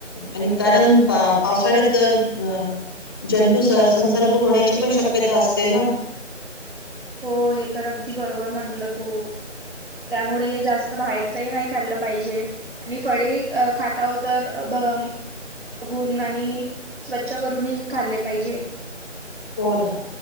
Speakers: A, on the left (about 20°); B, on the right (about 60°).
A: आणि कारण पा- पावसाळ्यात अ.. जंतू संसर्ग होण्याची पण, शक्यता असते ना.
B: हो, हे तर अगदी बरोबर म्हंटल तू. त्यामुळे जास्त बाहेरच ही नाही खाल्लं पाहिजे. आणि फळे खाता हो तर, भम बघून आणि स्वच्छ करून खाल्ले पाहिजे.
A: हो ना,